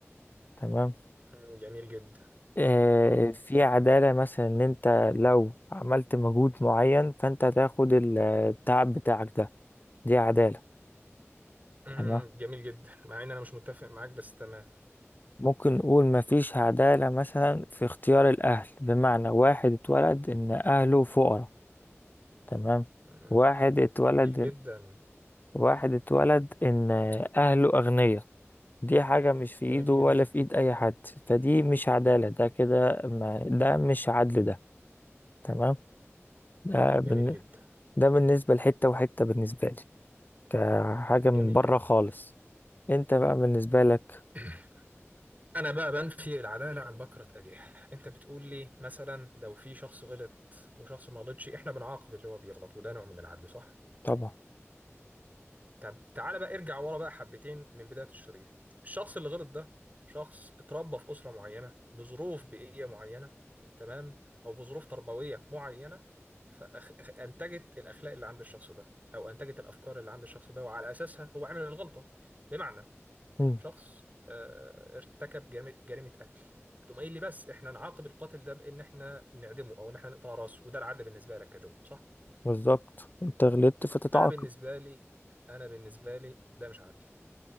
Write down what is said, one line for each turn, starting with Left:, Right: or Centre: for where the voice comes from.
Left: تمام
Right: مم، جميل جدا
Left: آه في عدالة مثلا إن أنت لو عملت مجهود معين فأنت هتاخد ال- التعب بتاعك ده دي عدالة
Right: مم،
Left: تمام
Right: جميل جدا مع إن أنا مش متفق معاك بس تمام
Left: ممكن نقول مفيش عدالة مثلا في اختيار الأهل بمعنى واحد اتولد إن أهله فقراء تمام
Right: مم،
Left: واحد اتولد
Right: جميل جدا
Left: واحد اتولد إن أهله أغنياء دي حاجة مش في
Right: جميل
Left: ايده
Right: جدا
Left: ولا في ايد اي حد فدي مش عدالة ده كده ما ده مش عدل ده تمام ده بالن...
Right: جميل جدا
Left: ده بالنسبة لحتة وحتة بالنسبة لي كحاجة
Right: جميل
Left: من بره
Right: جدا
Left: خالص انت بقى بالنسبة لك
Right: <clears throat> أنا بقى بنفي العدالة عن بكرة أجيال أنت بتقول لي مثلا لو في شخص غلط وشخص ما غلطش إحنا بنعاقب اللي هو بيغلط وده نوع من العدل صح؟
Left: طبعا
Right: طب تعالى بقى ارجع ورا بقى حبتين من بداية الشريط الشخص اللي غلط ده شخص اتربى في أسرة معينة بظروف بيئية معينة تمام أو بظروف تربوية معينة فأنتجت الأخلاق اللي عند الشخص ده أو أنتجت الأفكار اللي عند الشخص ده وعلى أساسها هو عمل الغلطة بمعنى
Left: مم.
Right: شخص آه، ارتكب جريمة جريمة قتل هتقوم قايل لي بس احنا نعاقب القاتل ده بإن احنا نعدمه أو إن احنا نقطع راسه وده العدل بالنسبة لك يا جمله صح؟
Left: بالظبط انت غلطت فتتعاقب
Right: أنا بالنسبة لي أنا بالنسبة لي ده مش عدل